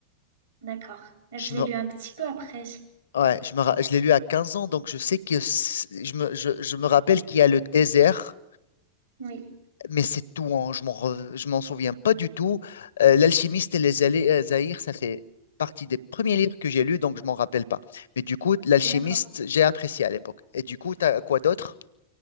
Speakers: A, on the right; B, on the left.
A: D'accord. Je
B: Je me,
A: l'ai lu un petit peu après.
B: ouais, je me, ra- je l'ai lu à 15 ans, donc je sais que c'est- je me, je, je me rappelle qu'il y a le désert,
A: Oui,
B: mais c'est tout, hein, je m'en, re- je m'en souviens pas du tout. Euh, L'alchimiste et les Alé- euh, Zaïre, ça fait partie des premiers livres que j'ai lus, donc je m'en rappelle pas. Mais du coup, l'alchimiste,
A: d'accord.
B: j'ai apprécié à l'époque. Et du coup, t'as quoi d'autre?